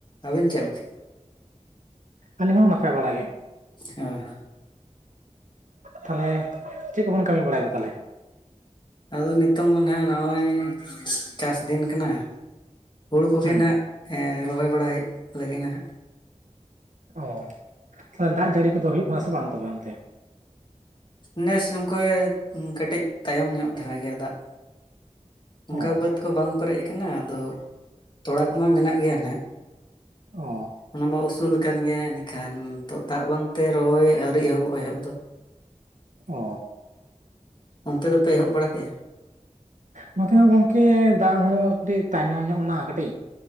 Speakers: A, on the left; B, on the right.
A: ᱟᱵᱤᱱ ᱪᱮᱫ ᱞᱮᱠᱟ?
B: ᱟᱹᱞᱤᱧ ᱦᱚᱸ ᱱᱟᱯᱟᱭ ᱵᱟᱲᱟ ᱜᱮ᱾
A: ᱚ ᱦᱚ᱾
B: ᱛᱟᱦᱚᱞᱮ ᱪᱮᱜ ᱠᱚᱵᱚᱱ ᱠᱟᱹᱢᱤ ᱵᱟᱲᱟᱭ ᱮᱫᱟ ᱛᱟᱦᱚᱞᱮ?
A: ᱟᱫᱚ ᱱᱤᱛᱚᱝ ᱢᱟ ᱱᱟᱦᱟᱜ ᱱᱚᱜᱚᱭ ᱪᱟᱥ ᱫᱤᱱ ᱠᱟᱱᱟ᱾ ᱦᱩᱲᱩ ᱠᱚᱜᱮ
B: ᱦᱩᱸ
A: ᱱᱟᱦᱟᱸᱜ ᱮ ᱨᱚᱦᱚᱭ ᱵᱟᱲᱟ ᱦᱩᱭᱩᱜ ᱞᱟᱹᱜᱤᱫ ᱦᱟᱸᱜ᱾
B: ᱚ ᱛᱟᱦᱚ ᱫᱟᱜ ᱡᱟᱹᱲᱤ ᱠᱚᱫᱚ ᱦᱩᱭᱩᱜ ᱠᱟᱱᱟ ᱥᱮ ᱵᱟᱝ ᱛᱚᱵᱮ ᱚᱱᱛᱮ?
A: ᱱᱮᱥ ᱱᱚᱝᱠᱟ ᱠᱟᱹᱴᱮᱡ ᱛᱟᱭᱚᱢ ᱧᱚᱜ ᱫᱷᱟᱨᱟ ᱜᱮᱭᱟ ᱫᱟᱜ᱾ ᱚᱱᱠᱟ
B: ᱚ
A: ᱵᱟᱹᱫᱽ ᱠᱚ ᱵᱟᱝ ᱯᱮᱨᱮᱡ ᱟᱠᱟᱱᱟ ᱟᱫᱚ ᱛᱚᱲᱟ ᱠᱚᱢᱟ ᱢᱮᱱᱟᱜ ᱜᱮᱭᱟ ᱦᱟᱸᱜ᱾
B: ᱚ
A: ᱚᱱᱟᱢᱟ ᱩᱥᱩᱞ ᱠᱟᱱ ᱜᱮᱭᱟ ᱮᱱᱟᱹᱠᱷᱟᱱ ᱱᱤᱛᱚᱜ ᱫᱟᱜ ᱵᱟᱝᱛᱮ ᱨᱚᱦᱚᱭ ᱟᱹᱣᱨᱤ ᱮᱦᱚᱵᱚᱜ ᱟ ᱮᱦᱚᱵ ᱫᱚ᱾
B: ᱚ᱾
A: ᱚᱱᱛᱮ ᱫᱚᱯᱮ ᱮᱦᱚᱵ ᱵᱟᱲᱟ ᱠᱮᱜᱟ?
B: ᱱᱚᱛᱮ ᱦᱚᱸ ᱜᱚᱝᱠᱮ ᱫᱟᱜ ᱦᱚᱸ ᱠᱟᱹᱴᱤᱡ ᱛᱟᱭᱱᱚᱢ ᱧᱚᱜ ᱱᱟ ᱠᱟᱹᱴᱤᱡ᱾